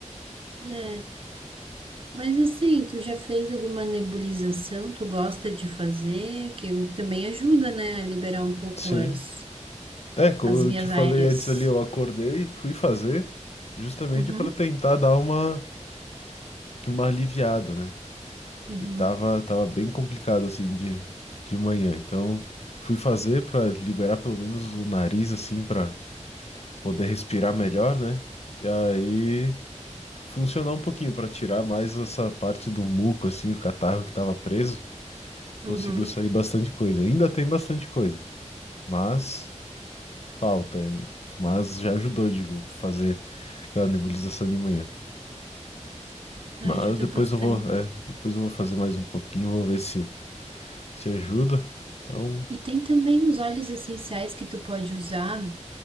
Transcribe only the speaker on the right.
É, mas assim, tu já fez alguma nebulização? Tu gosta de fazer? Que eu- também ajuda, né, a liberar um pouco
as,
as
vias
aéreas.
Uhum,
uhum,
uhum.
Ajuda
bastante.
E tem também os óleos essenciais que tu pode usar.